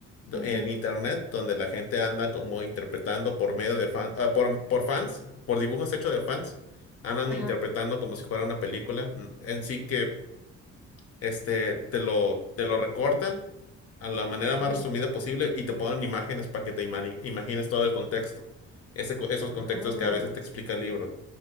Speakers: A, on the left; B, in the centre.
A: do-
B: Ujú,
A: en internet, donde la gente anda como interpretando por medio de fans, por, por fans, por dibujos hechos de fans, andan
B: Ajá,
A: interpretando como si fuera una película. Mm, En sí que este te lo, te lo recortan a la manera
B: ujú.
A: más resumida posible y te ponen imágenes para que te imani- imagines todo el contexto. Ese co- esos
B: Ah,
A: contextos que a veces te explica el libro,